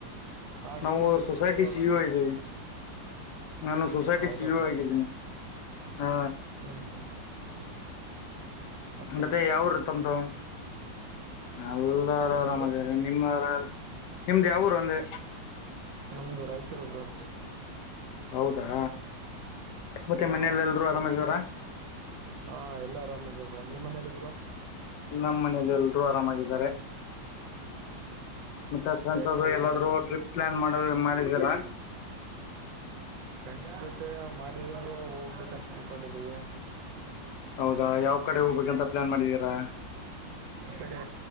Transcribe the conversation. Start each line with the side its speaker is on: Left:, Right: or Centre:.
Right: ಹಾ
Left: ನಾವು
Right: ಡಿಗ್ರಿ ಮುಗೀತು
Left: ಸೊಸೈಟಿ
Right: ಬ್ರೋ ಇವಾಗ
Left: ಸಿಇಒ ಇದ್ದೀವಿ. ನಾನು ಸೊಸೈಟಿ
Right: ಹೌದಾ
Left: ಸಿಇಒ ಆಗಿದ್ದೀನಿ ಹಾ.
Right: ಹ್ಮ್ ಹ್ಮ್ <unintelligible>
Left: ಮತ್ತೆ ಯಾವ್ ಉರ್ರಿ ತಮ್ದು ಎಲ್ಲಾರು
Right: ಏನು
Left: ಆರಾಮದಾರೆ.
Right: ಬ್ರೋ
Left: ನಿಮ್ಮರಾರ್ ನಿಮ್ದ ಯಾವ್ ಊರು ಅಂದೆ
Right: ನಮ್ದು ರಾಯಚೂರು ಬ್ರೋ.
Left: ಹೌದಾ. ಮತ್ತೆ
Right: ಹಾ
Left: ಮನೇಲಿ ಎಲ್ರು ಆರಾಮಿದಾರ
Right: ಹಾ ಎಲ್ಲಾ ಆರಾಮದಿವ್ ಬ್ರೋ ನಿಮ್ಮ್ ಮನೇಲಿ ಬ್ರೋ
Left: ನಮ್ಮ್ ಮನೆಲ್ ಎಲ್ರು ಆರಾಮಾಗಿದ್ದಾರೆ. ಮತ್ತೆ ಫ್ರೆಂಡ್ಸ್
Right: ಆ
Left: ಆದರು
Right: ಕಡೆ ಹೋಗಿಲ್ಲ
Left: ಎಲ್ಲಾದ್ರೂ ಟ್ರಿಪ್ ಪ್ಲಾನ್ ಮಾಡ <unintelligible> ಮಾಡಿದಿರ.
Right: ಫ್ರೆಂಡ್ಸ್ ಜೊತೆ ಮಾಡಿ <unintelligible> ಹೋಗ್ಬೇಕಂತ ಅನ್ಕೊಂಡಿದೀವಿ. <unintelligible>
Left: ಹೌದಾ ಯಾವ್ ಕಡೆ ಹೋಗ್ಬೇಕಂತ ಪ್ಲಾನ್ ಮಾಡಿದಿರಾ
Right: ಈ ಕಡೆ